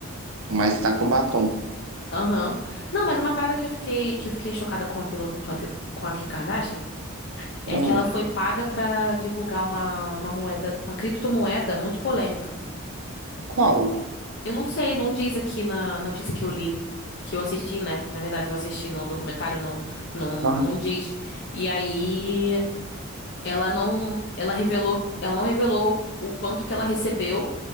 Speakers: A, on the right (about 75°); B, on the left (about 55°).
A: Mas tá com batom.
B: Aham. Não, mas uma parada que eu fiquei que eu fiquei chocada com a, Taylor- com a Taylor- com a Kim Kardashian é
A: Ai,
B: que ela foi paga pra divulgar uma, uma moeda, uma criptomoeda muito polêmica.
A: qual?
B: Eu não sei, não diz aqui na notícia que eu li, que eu assisti, né? Na verdade, eu assisti no documentário, não, não,
A: Ah,
B: não diz. E aí Ela não, ela revelou, ela não revelou o quanto que ela recebeu,